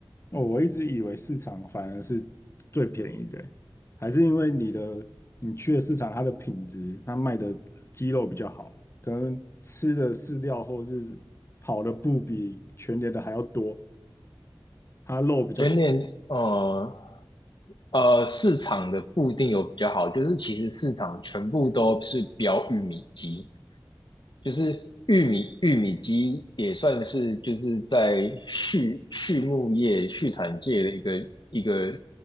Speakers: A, on the left; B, on the left.
A: 哦，我一直以为市场反而是最便宜的欸还是因为你的你去的市场，它的品质，它卖的鸡肉比较好，可能吃的饲料或是跑的步比全年的还要多，它肉比较
B: 全年呃呃，市场的不一定有比较好，就是其实市场全部都是标玉米鸡，就是玉米玉米鸡也算是就是在畜畜牧业畜产界的一个一个